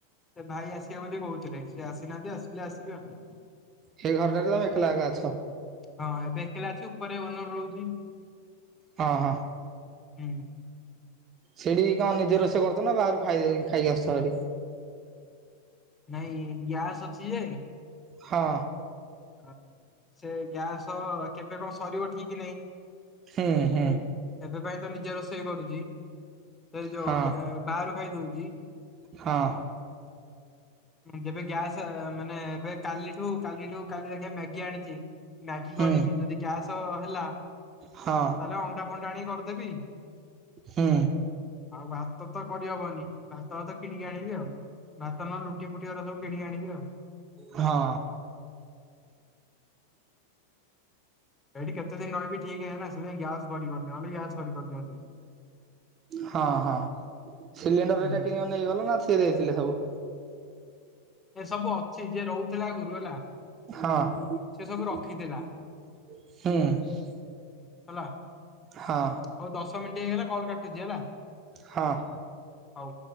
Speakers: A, on the left; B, on the right.
A: ସେ ଭାଇ ଆସିବେ ବୋଲି କହୁଥିଲେ ସେ ଆସିନାହାନ୍ତି ଆସିଲେ ଆସିବେ ଆଉ।
B: ସେଇ ଘରଟାରେ ତମେ ଏକଲା ଏକା ଅଛ?
A: ହଁ ଏବେ ଏକେଲା ଅଛି ଉପରେ ଓନର୍ ରହୁଚି।
B: ହଁ ହଁ।
A: ହୁଁ
B: ସେଠି କଣ ନିଜେ ରୋଷେଇ କରୁଚ ନା ବାହାରୁ ଖାଇ- ଖାଇକି ଆସୁଚ ହେରି?
A: ନାଇଁ ଗ୍ୟାସ ଅଛି ଯେ
B: ହଁ।
A: ହଁ ସେ ଗ୍ୟାସ କେବେ କଣ ସରିବ ଠିକ୍ ନାହିଁ।
B: ହେଁ ହେଁ।
A: ଏବେ ପାଇଁ ତ ନିଜେ ରୋଷେଇ କରୁଛି ସେ ଯୋଉ
B: ହଁ
A: ବାହାରୁ ଖାଇଦଉଛି।
B: ହଁ।
A: ଯେବେ ଗ୍ୟାସ୍ ମାନେ ଏବେ କାଲିଠୁ କାଲିଠୁ କାଲି ଦେଖିଆ ମ୍ୟାଗି ଆଣିଛି। ମ୍ୟାଗି
B: ହୁଁ
A: କରିବି ଯଦି ଗ୍ୟାସ ହେଲା ତାହେଲେ
B: ହଁ
A: ଅଣ୍ଡା ଫଣ୍ଡା ଆଣି କରିଦେବି।
B: ହୁ।
A: ଆଉ ଭାତ ତ କରିହବନି ଭାତ ତ କିଣିକି ଆଣିବି ଆଉ ଭାତ ନ ରୋଟି ପୁଟି ଗୁରା କିଣି ଆଣିବି ଆଉ।
B: ହଁ।
A: ଏଠି କେତେ ଦିନ ରହିବି ଠିକ ନାହିଁ ନା ସେଥି ପାଇଁ ଗ୍ୟାସ୍ ଭରି ପାରୁନି ନ ହେଲେ ଗ୍ୟାସ୍ ଭରି କରିଦିଅନ୍ତି।
B: ହଁ ହଁ ସିଲିଣ୍ଡର
A: ହୁଁ।
B: ହେରା କି ନେଇଗଲ ନା ସିଏ ହେଇଥିଲେ ସବୁ?
A: ଏ ସବୁ ଅଛି ଯିଏ ରହୁଥିଲା ଆଗରୁ ହେଲା।
B: ହଁ
A: ସେ ସବୁ ରଖିଥିଲା
B: ହୁ।
A: ହେଲା।
B: ହଁ।
A: ହଉ ଦଶ ମିନିଟ୍ ହେଇଗଲା କଲ୍ କାଟୁଛି ହେଲା?
B: ହଁ।
A: ହଉ।